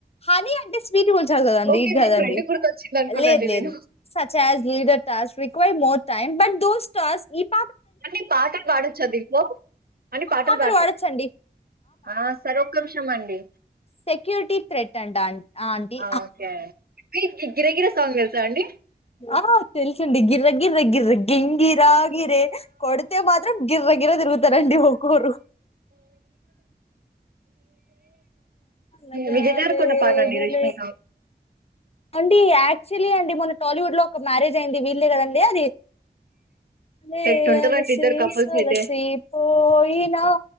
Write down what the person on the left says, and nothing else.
హనీ అంటే స్వీట్ గుంచాలి కదండి.
కదండి
లేదు లేదు
search as leader task require more. Time but though task it
ఆ
పాడొచ్చండి
సెక్యూరిటీ థ్రెట్ అంట ఆన్- ఆంటీ
ఆ తెల్సండి గిర్రర్ గిర్ర గిర్ర గింగిరాగిరే కొడితే మాత్రం గిర్ర గిర్ర దిరుగుతారండి ఒకోక్కరు. లగాలేదులే
అండి యాక్చువల్లీ అండి. మొన్న టాలీవుడ్ లో ఒక మ్యారేజ్ అయింది వీళ్ళే కదండి. అది ఏ
అలసి
సోలసి
పోయినా